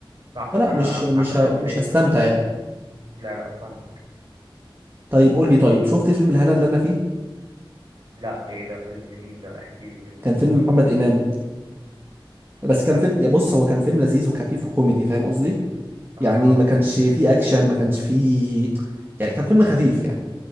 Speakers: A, on the right; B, on the right.
A: صح
B: فلا
A: انا
B: مش مش
A: عامة
B: ه... مش
A: شايف
B: هستمتع
A: نفس ال
B: يعني
A: لا لا فاهمك
B: طيب قول لي طيب شفت فيلم الهنا اللي انا فيه
A: لا ايه ده فيلم مين ده احكي لي كده
B: كان فيلم محمد امام بس
A: ده
B: كان فيلم
A: مش
B: يا
A: مشهور
B: بص هو كان فيلم لذيذ وخفيف وكوميدي فاهم قصدي
A: اه
B: يعني ما كانش فيه اكشن ما كانش فيه يعني كان فيلم خفيف يعني